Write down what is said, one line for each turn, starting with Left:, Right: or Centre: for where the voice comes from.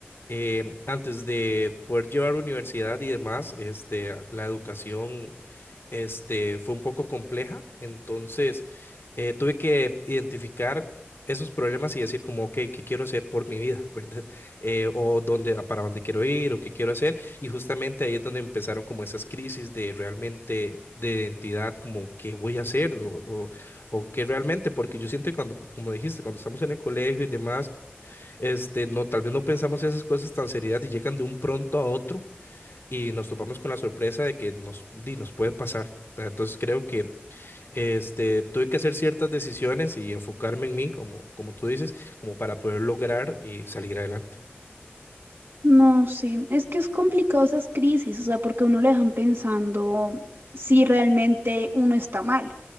Left: eh, antes de poder llevar universidad y demás, este, la educación, este, fue un poco compleja, entonces eh, tuve que identificar esos problemas y decir como, ok, ¿qué quiero hacer por mi vida, verdad? Eh, o dónde, a para dónde quiero ir o qué quiero hacer. Y justamente ahí es donde empezaron como esas crisis de realmente, de identidad, como qué voy a hacer o, o, o qué realmente, porque yo siento que cuando, como dijiste, cuando estamos en el colegio y demás, este, no, tal vez no pensamos esas cosas tan seriedad y llegan de un pronto a otro y nos topamos con la sorpresa de que nos, di, nos puede pasar. Ta- Entonces creo que este, tuve que hacer ciertas decisiones y enfocarme en mí, como, como tú dices, como para poder lograr y salir adelante.
Right: No, sí, es que es complicado esas crisis, o sea, porque uno le dejan pensando si realmente uno está mal